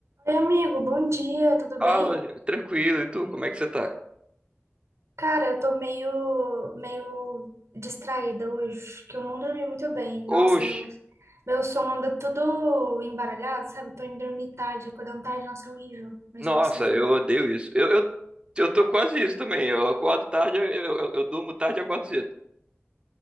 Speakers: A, on the right; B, on the right.
A: Oi, amigo, bom dia, tudo
B: Fala,
A: bem?
B: gente. tranquilo. E tu, como é que você tá?
A: Cara, eu tô meio, meio distraída hoje, que eu não dormi muito bem. Nossa,
B: Oxe,
A: meu, meu sono anda tudo embaralhado, sabe? Tô indo dormir tarde, acordando tarde, nossa, é horrível. Mas
B: nossa,
A: e você?
B: eu odeio isso. Eu, eu, eu tô quase isso também. Eu acordo tarde, eu, eu, eu durmo tarde e acordo cedo.